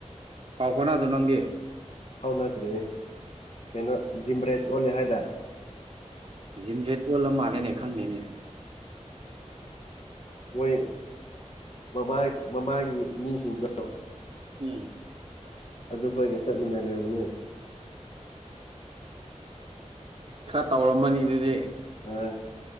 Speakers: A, on the right; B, on the left.
A: ꯄꯥꯎ ꯐꯅꯥꯗꯣ ꯅꯪꯒꯤ
B: ꯐꯥꯎꯅꯗ꯭ꯔꯤ ꯀꯩꯅꯣ ꯖꯤꯝꯕ꯭ꯔꯦꯖ ꯑꯣꯂꯦ ꯍꯥꯏꯗ
A: ꯖꯤꯝ ꯔꯦꯠ ꯋꯥꯜ ꯑꯃ ꯃꯥꯜꯂꯦꯅꯦ ꯈꯪꯗꯦꯅꯦ
B: ꯃꯣꯏ ꯃꯃꯥ ꯃꯃꯥꯒꯤ ꯃꯤꯁꯤꯡꯗ
A: ꯎꯝ
B: ꯑꯗꯨ ꯑꯩꯈꯣꯏꯒ ꯆꯠꯃꯤꯟꯅꯔꯕꯅꯦ
A: ꯈꯔ ꯇꯧꯔꯝꯃꯅꯤ ꯑꯗꯨꯗꯤ
B: ꯑ